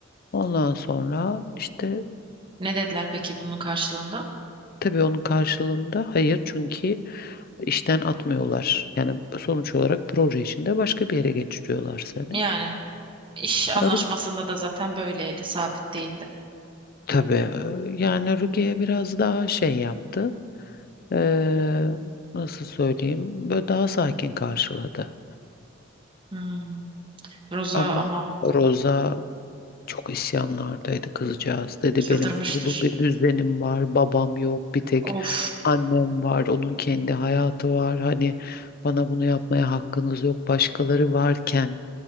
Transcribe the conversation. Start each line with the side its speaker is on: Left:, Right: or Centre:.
Left: Ondan sonra işte
Right: Ne dediler peki bunun karşılığında?
Left: Tabii onun karşılığında hayır çünkü işten atmıyorlar. Yani sonuç olarak proje içinde başka bir yere geçiriyorlar seni.
Right: Yani. İş anlaşmasında
Left: Ru-
Right: da zaten böyleydi, sabit değildi.
Left: Tabii e, yani Rukiye biraz daha şey yaptı. Ee, nasıl söyleyeyim? Böyle daha sakin karşıladı.
Right: Hmm. Roza
Left: Ama
Right: ama
Left: Roza Çok isyanlardaydı kızcağız. Dedi
Right: çıldırmıştır.
Left: benim kurulu bir düzenim var, babam yok, bir tek
Right: Of,
Left: annem var, onun kendi hayatı var. Hani bana bunu yapmaya hakkınız yok. Başkaları varken,